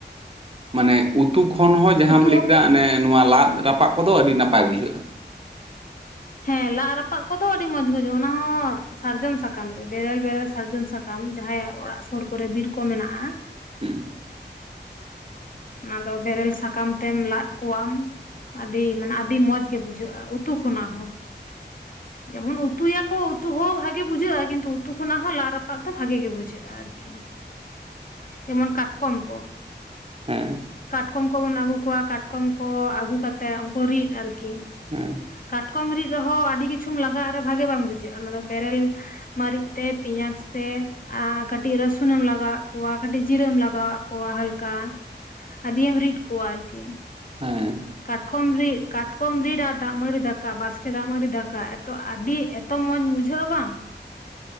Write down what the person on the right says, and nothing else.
ᱢᱟᱱᱮ ᱩᱛᱩ ᱠᱷᱚᱱ ᱦᱚᱸ ᱡᱟᱦᱟᱸᱟᱢ
ᱞᱟᱹᱭ
ᱠᱮᱫᱟ ᱚᱱᱮ ᱱᱚᱣᱟ ᱞᱟᱫ ᱨᱟᱯᱟᱜ ᱠᱚᱫᱚ ᱟᱹᱰᱤ ᱱᱟᱯᱟᱭ ᱵᱩᱡᱷᱟᱹᱜᱼᱟ
ᱦᱩᱸ
ᱦᱮᱸ
ᱦᱮᱸ
ᱦᱮᱸ